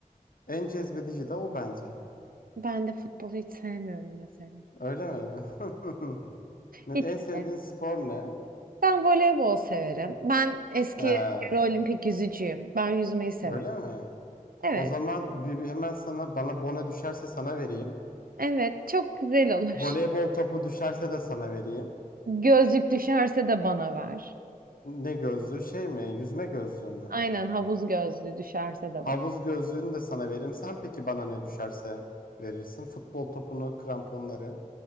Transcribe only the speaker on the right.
Ben de futbolu hiç sevmiyorum mesela.
Hiç
sevmiyorum.
Ben voleybol severim. Ben eski
yarı olimpik yüzücüyüm. Ben yüzmeyi severim.
Evet,
evet çok güzel olur.
Gözlük düşerse de bana ver.
Aynen havuz gözlüğü düşerse de
bana.